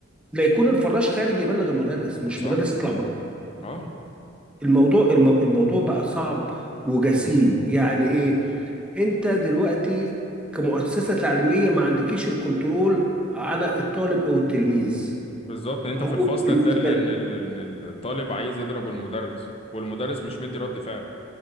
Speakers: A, in the centre; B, on the left (about 30°).
A: لا يكون الفراش خارج يبلغ المدرس مش
B: صح
A: مدرس يطلع بره
B: اه
A: الموضوع المو- الموضوع بقى صعب وجسيم يعني ايه انت دلوقتي كمؤسسة تعليمية ما عندكيش الكنترول على الطالب او التلميذ
B: بالظبط انت
A: هو
B: في الفصل
A: بالنسبة
B: تلاقي ال- ان
A: لك
B: ال- ان الطالب عايز يضرب المدرس والمدرس مش مدي رد فعل